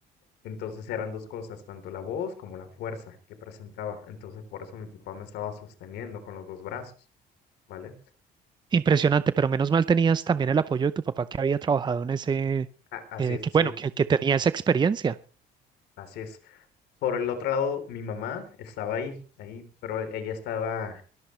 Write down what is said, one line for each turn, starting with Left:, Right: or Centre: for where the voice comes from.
Left: Entonces eran dos cosas, tanto la voz como la fuerza que presentaba. Entonces por eso mi papá me estaba sosteniendo con los dos brazos, ¿vale?
Right: Impresionante, pero menos mal tenías también el apoyo de tu papá que había trabajado en ese,
Left: A- Así
Right: eh,
Left: es,
Right: que
Left: sí,
Right: bueno, que, que tenía esa experiencia.
Left: así es. Por el otro lado, mi mamá estaba ahí, ahí, pero ella estaba